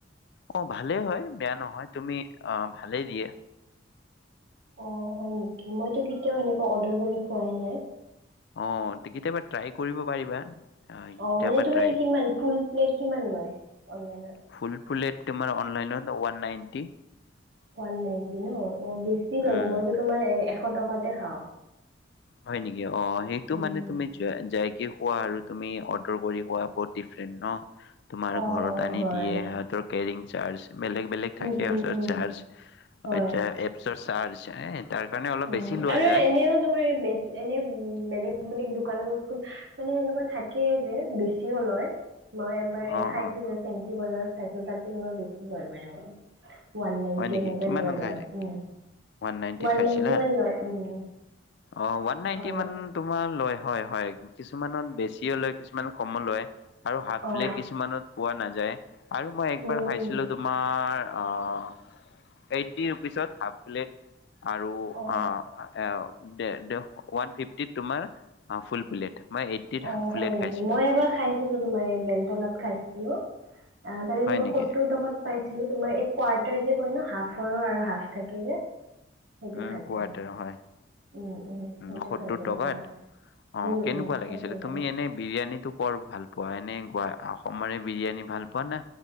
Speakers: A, on the left; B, on the right.
A: অহ' ভালেই হয় বেয়া নহয় তুমি অহ, ভালেই দিয়ে।
B: অহ' হয় নেকি মইতো কেতিয়াও এনেকুৱা অৰ্ডাৰ কৰি খোৱাই নাই।
A: অহ' কেতিয়াবা ট্ৰাই কৰিব পাৰিবা। অ'
B: অহ'
A: কেতিয়াবা
B: মানে তোমাৰ
A: ট্ৰাই
B: কিমান ফুল প্লেত কিমান লয়, অনলাইনত?
A: ফুল প্লেট তোমাৰ অনলাইনত ওৱান নাইনটি।
B: ওৱান নাইনটি ন অহ, বেছি লৈ
A: উম।
B: মইতো তোমাৰ এশ টকাতে খাওঁ।
A: হয় নেকি? অহ সেইটো
B: উম
A: মানে তুমি যোৱা যায় কি খোৱা আৰু তুমি অৰ্ডাৰ কৰি খোৱা বহুত ডিফাৰেণ্ট ন। তোমাৰ
B: অ
A: ঘৰত
B: অ
A: আনি
B: হয়
A: দিয়ে সিহঁতৰ কেৰিং চাৰ্জ। বেলেগ বেলেগ থাকে
B: উম উম
A: সচ-চাৰ্জ,
B: উম হয়।
A: এতিয়া এপছৰ চাৰ্জ। তাৰ কাৰণে অলপ
B: উম,
A: বেছি লোৱা
B: আৰু
A: যায়
B: এনেও তোমাৰ বেছি এনে বেলেগ মানে দোকানত মানে এনেকুৱা থাকেই যে বেছিও লয়। মই এবাৰ
A: অ
B: খাইছিলোঁ
A: অ
B: ফেঞ্চি বজাৰত খাইছিলোঁ তাত তই বেছি লয় মানে অলপ। ওৱান নাইনণ্টি
A: হয় নেকি
B: <unintelligible>
A: কিমানত
B: লয়,
A: খাইছে
B: উম,
A: নাইনটিত
B: ওৱান
A: খাইছিলা
B: নাইন্টি উম।
A: অ', ওৱান নাইন্টি
B: হয়
A: মান তোমাৰ লয়, অহ। হয়, হয়, কিছুমানত বেছিও লয় কিছুমান কমো লয়। আৰু হাফ
B: অ
A: প্লেট কিছুমানত পোৱা নাযায় আৰু মই একবাৰ
B: উম
A: খাইছিলোঁ
B: উম
A: তোমাৰ অ', এইটি ৰুপিচত হাফ প্লেট আৰু
B: অ।
A: অ', ওৱান এ এ ফিফটিত তোমাৰ ফুল প্লেট। মই এইটটিত
B: অ',
A: হাফ প্লেট
B: হয় নেকি?
A: খাইছিলোঁ
B: মই এবাৰ খাইছিলোঁ। তোমাৰ এই বেলতলাত খাইছিলোঁ অ', তাতে
A: হয়
B: তোমাৰ
A: নেকি
B: সত্তৰ টকাত পাই ছিলোঁ তোমাৰ এই কোৱাৰ্টাৰ যে কয় ন' হাফৰো আৰু হাফ থাকে যে। সেইটো
A: উম,
B: খাইছিলো
A: কুৱাটাৰ হয়।
B: উম
A: উম,
B: সেইটো
A: সত্তৰ
B: খাইছিলো
A: টকাত
B: তোমাৰ
A: অ',
B: উম
A: কেনেকুৱা
B: উম
A: লাগিছিলে?
B: সত্তৰ
A: তুমি
B: টকা
A: এনে বিৰিয়ানীটো কৰ ভাল পোৱা? এনে গোৱা অসমৰে বিৰিয়ানী ভাল পোৱা নে?